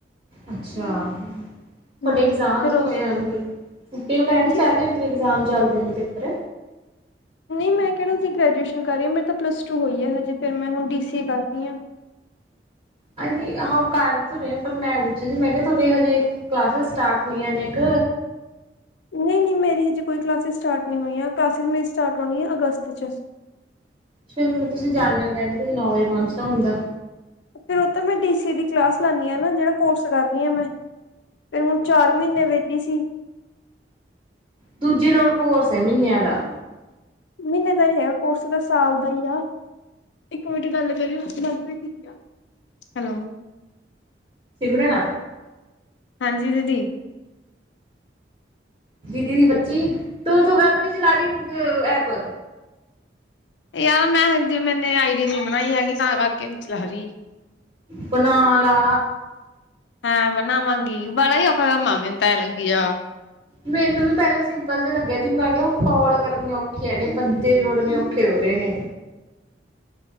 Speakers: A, on the right (about 30°); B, on the left (about 80°).
A: ਅੱਛਾ। ਤੁਹਾਡੇ
B: ਹੂੰ
A: ਇਗਜ਼ਾਮ ਉੱਥੋਂ
B: ਫਿਰ ਉਹ
A: ਹੋਏ ਹਨ। ਫੁੱਟੇ ਵੈਗਾਰਾ
B: ਹਾਂਜੀ
A: ਨੀ ਚੱਲਦੇ ਹੁੰਦੇ ਇਗਜ਼ਾਮ ਚ। ਚੱਲਦੇ ਨੇ ਪੇਪਰ।
B: ਨਹੀਂ ਮੈਂ ਕਿਹੜਾ ਜੀ ਗ੍ਰੈਜੂਏਸ਼ਨ ਕਰ ਰਹੀ ਹਾਂ ਮੇਰੇ ਤਾਂ ਪਲੱਸ ਟੂ ਹੋਈ ਹੈ ਹਜੇ ਫਿਰ ਮੈਂ ਹੁਣ ਬੀ ਸੀ ਏ ਕਰ ਰਹੀ ਹਾਂ।
A: ਆਹ ਨੀ ਆਹ ਕਰ ਤਾਂ ਰਹੀ ਆ ਪਰ ਮੈਂ ਪੁੱਛਿਆ ਸੀ ਮੈਂ ਕਿਹਾ ਤੁਹਾਡੇ ਹਜੇ ਕਲਾਸਿਸ ਸਟਾਰਟ ਹੋਈਆਂ ਨੇ ਇੱਕ।
B: ਨਹੀਂ ਨਹੀਂ ਮੇਰੀ ਹਜੇ ਕੋਈ ਕਲਾਸਿਸ ਸਟਾਰਟ ਨਹੀਂ ਹੋਈਆਂ ਕਲਾਸਿਸ ਮੇਰੀ। ਸਟਾਰਟ ਹੋਣੀ ਆ ਅਗਸਤ 'ਚ।
A: ਫਿਰ ਤੁਸੀਂ ਜਾਂਦੇ ਹੋ ਕਹਿੰਦੇ ਨੌ ਵਜੇ ਪਹੁੰਚਣਾ ਹੁੰਦਾ।
B: ਫਿਰ ਉਹ ਤਾਂ ਮੈਂ ਡੀ ਸੀ ਦੀ ਕਲਾਸ ਲਾਣੀ ਆ ਨਾ ਜਿਹੜਾ ਕੋਰਸ ਕਰੀ ਆ ਮੈਂ। ਫਿਰ ਹੁਣ ਚਾਰ ਮਹੀਨੇ ਵੇਹਲੀ ਸੀ।
A: ਦੂਜੇ ਲੋਟ ਕੋਰਸ ਹੈ ਮਹੀਨਿਆਂ ਦਾ।
B: ਮਹੀਨੇ ਦਾ ਨੀ ਹੈਗਾ ਕੋਰਸ ਸਾਲ ਦਾ ਹੀ ਆ ਇਕ ਮਿੰਟ ਗੱਲ ਕਰੋਉ ਮਨਪ੍ਰੀਤ ਦੀਦੀ ਆ ਹੈਲੋ।
A: ਸਿਮਰਨ।
B: ਹਾਂਜੀ ਦੀਦੀ।
A: ਦੀਦੀ ਦੀ ਬੱਚੀ ਤੂੰ ਤੂੰ ਕਾਹਤੋਂ ਨੀ ਚਲਾ ਰਹੀ ਐਪ।
B: ਯਾਰ ਮੈਂ ਹਜੇ ਮੈਨੇ ਆਈਡੀ ਨੀ ਬਣਾਈ ਹੈਗੀ ਤਾਂ ਕਰਕੇ। ਕਰਕੇ ਨੀ ਚਲਾ ਰਹੀ।
A: ਬਨਾਲਾ।
B: ਹਾ ਬਣਾਵਾਂਗੀ ਵਾਲਾ ਔਖਾ ਕੰਮ ਹੈ ਮੈਨੂੰ ਤਾਂ ਆਏ ਲੱਗਿਆ।
A: ਮੈਨੂੰ ਵੀ ਪਹਿਲਾਂ ਸਿੰਪਲ ਜਿਹਾ ਲੱਗਿਆ ਸੀ ਮੈਂ ਕਿਹਾ ਹੁਣ ਕਾਲ ਕਰਨੀਆਂ ਔਖੀਆਂ ਨੇ ਬੰਦੇ ਜੋੜਨ ਔਖੇ ਹੋ ਰਹੇ ਨੇ।